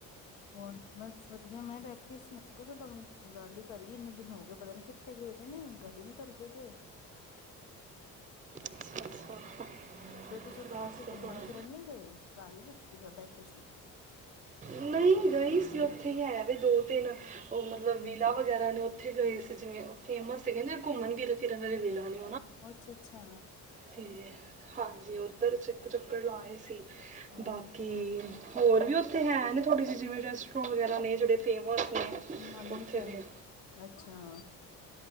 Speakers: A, on the left; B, on the right.
A: ਹੋਰ ਬਸ ਵਧੀਆ ਮੈਂ ਬੈਠੀ ਸੀ ਮੈਂ ਕਿਆ ਚਲ ਤੁਹਾਨੂੰ ਗੱਲ ਈ ਕਰੀਏ ਇੰਨੇ ਦਿਨ ਹੋਗੇ ਪਤਾ ਨੀ ਕਿ ਥੇ ਗਏਦੇ ਨੇ ਗੱਲ ਈ ਨੀ ਕਰਦੇ ਪਏ।
B: ਅੱਛਾ ਅੱਛਾ
A: ਹੂੰ ਫੇਰ ਤੁਸੀਂ ਉੱਥੇ
B: ਬਸ
A: ਕਿੱਥੇ ਘੁੰਮਣ
B: ਹੁਣ
A: ਫਿਰਨ ਨੀ ਗਏ ਘਰ ਈ ਬੈਠੇ ਸੀ?
B: ਨਈ ਗਏ ਗਈ ਸੀ ਓਥੇ ਹੀ ਹੈ ਵੀ ਦੋ ਤਿੰਨ ਓ ਮਤਲਬ ਵਿਲਾ ਵਗੈਰਾ ਨੇ ਓਥੇ ਗਏ ਸੀ ਜਿਵੇਂ। ਫੇਮਸ ਸੀ ਕਹਿੰਦੇ ਘੁੰਮਣ ਫਿਰਨ ਵਾਲੇ ਵਿੱਲਾ ਨੇ
A: ਅੱਛਾ ਅੱਛਾ
B: ਤੇ ਹਾਂਜੀ ਉੱਧਰ ਚ ਚਕ ਚੁੱਕਰ ਲਾਏ ਸੀ
A: ਹੂੰ,
B: ਬਾਕੀ ਕਿ ਹੋਰ ਵੀ ਓਥੇ ਹੈਣ ਥੋੜ੍ਹੀ ਜੀ ਜਿਵੇਂ ਰੈਸਟੋ ਵਗੈਰਾ ਨੇ ਜੇੜ੍ਹੇ ਫੇਮਸ ਨੇ
A: ਨਾਨੀ ਨੇ
B: ਉੱਥੇ
A: ਫੈਮ
B: ਦੇ।
A: ਅੱਛਾ